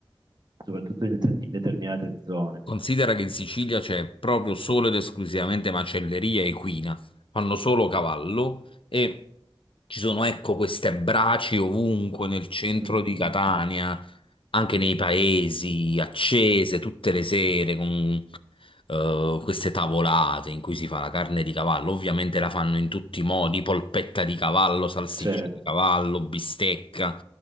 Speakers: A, on the right; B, on the left.
A: Soprattutto in, in determinate zone.
B: Considera che in Sicilia c'è proprio solo ed esclusivamente macelleria equina, fanno solo cavallo e ci sono, ecco, queste braci ovunque nel centro
A: <laughs>
B: di Catania, anche nei paesi, accese tutte le sere con eh, queste tavolate in cui si fa la carne di cavallo. Ovviamente la fanno in tutti i modi, polpetta di cavallo, salsiccia
A: Cioè,
B: di cavallo, bistecca.